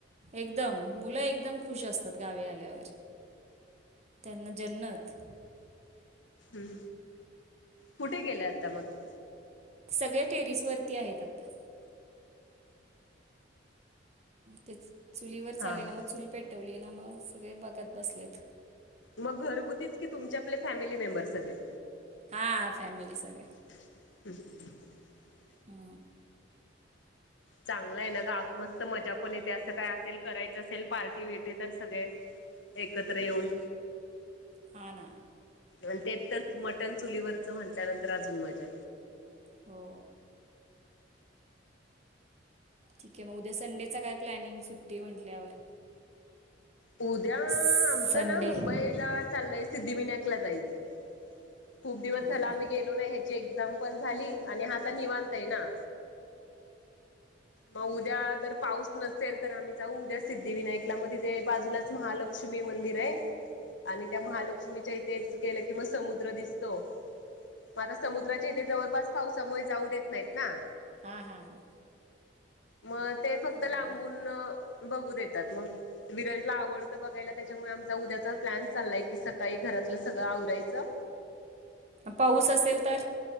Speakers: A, on the right; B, on the left.
A: एकदम मुलं एकदम खुश असतात गावे आल्यावर त्यांना जन्नत
B: हम्म कुठे गेलं आता परत?
A: सगळ्या टेरिस वरती आहेत आता ते चुलीवर
B: हा
A: चाले
B: हा
A: ना मग चूल पेटवली ना मग सगळे बघगत बसल्यात
B: मग घरगुतीच की तुमचे आपले फॅमिली मेंबर सगळे
A: हा फॅमिली सगळे
B: हम् ह
A: हा
B: चांगलं आहे ना गावी मस्त मजा पण येते असं काय असेल करायचं असेल पार्टी टी वटी तर सगळे एकत्र येऊन
A: हा ना
B: आणि ते तर मटन चुलीवरच म्हटल्यानंतर अजून मजा
A: हो ठीक आहे मग उद्या संडेचा काय प्लॅनिंग सुट्टी म्हटल्यावर?
B: उद्या
A: संडे
B: आमचं ना मुंबईला
A: हां
B: चाललंय सिद्धिविनायकला जायचं. खूप दिवस झाला
A: हां
B: आम्ही गेलो ना ह्याची एक्झाम पण झाली आणि हा आता निवांताय ना. मग उद्या जर पाऊस नसेल तर आम्ही जाऊ उद्या सिद्धिविनायकला मध्ये ते बाजूलाच महालक्ष्मी लक्ष्मी मंदिर आहे आणि त्या महालक्ष्मीच्या इथेच गेलं की मग समुद्र दिसत हो मग आता समुद्राच्या इथे जवळपास पावसामुळे जाऊ देत नाहीत ना
A: हा हा हा
B: मग ते फक्त लांबून
A: जायला
B: बघू देतात मग विराटला आवडतं बघायला त्याच्यामुळे आमचा उद्याचा प्लॅन चालला आहे की सकाळी घरातलं सगळं आवरायचं
A: पाऊस असेल तर?